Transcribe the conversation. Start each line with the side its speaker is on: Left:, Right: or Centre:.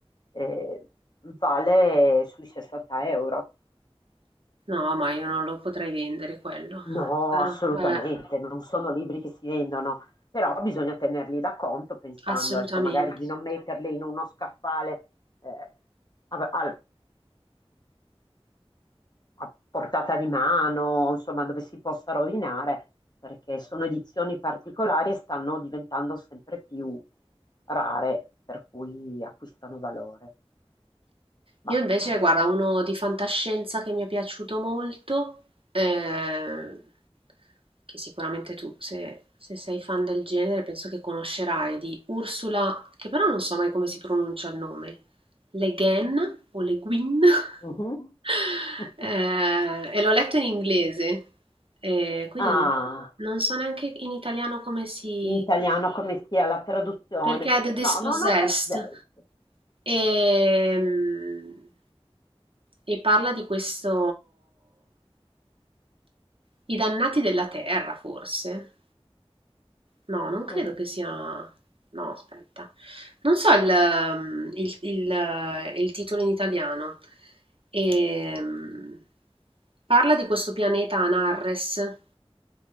Left: eh, vale sui 60 euro.
Right: no, ma io non lo potrei vendere quello.
Left: No,
Right: Sarà-
Left: assolutamente,
Right: eh,
Left: non sono libri che si vendono, però bisogna tenerli da conto pensando,
Right: assolutamente.
Left: ecco, magari di non metterli in uno scaffale eh, a, a- a portata di mano, insomma, dove si possa rovinare, perché sono edizioni particolari e stanno diventando sempre più rare, per cui acquistano valore. Valgono.
Right: Io invece, guarda, uno di fantascienza che mi è piaciuto molto, eh, che sicuramente tu, se, se sei fan del genere, penso che conoscerai, di Ursula, che però non so mai come si pronuncia il nome, Le Guin o Le Guin, <laughs>
Left: Mhm. <laughs>
Right: Eh, e l'ho letto in inglese, eh, quindi
Left: Ah,
Right: non, non so neanche in italiano come si...
Left: in italiano come sia la traduzione?
Right: perché è The Dispossessed.
Left: No, non ho presente.
Right: Ehm, e parla di questo... I dannati della terra, forse? No, non credo
Left: Mm,
Right: che sia... No, aspetta. Non so il, ehm, il- il- il titolo in italiano. Ehm, parla di questo pianeta Anarres.